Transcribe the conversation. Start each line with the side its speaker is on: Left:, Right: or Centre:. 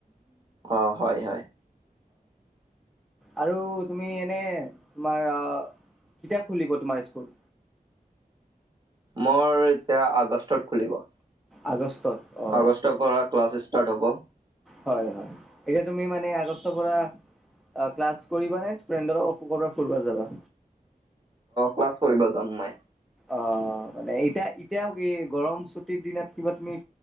Right: অ', হয় হয়।
Centre: আৰু তুমি এনে তোমাৰ আহ কিতাপ খুলি ক তোমাৰ স্কুল?
Right: মোৰ এতিয়া আগষ্টত খুলিব।
Centre: আগষ্টত। অ
Right: আগষ্টৰ পৰা ক্লাছ ষ্টাৰ্ট হ'ব।
Centre: হয়, হয়, এতিয়া তুমি মানে আগষ্টৰ পৰা ক্লাছ কৰিবা নে, ফ্ৰেডৰ ক'ব ফুৰিবা যাবা।
Right: ক্লাছ কৰিব যাম মই।
Centre: অ, মানে এতিয়া, এতিয়াও এই গৰম ছুটিৰ দিনত কিবা তুমি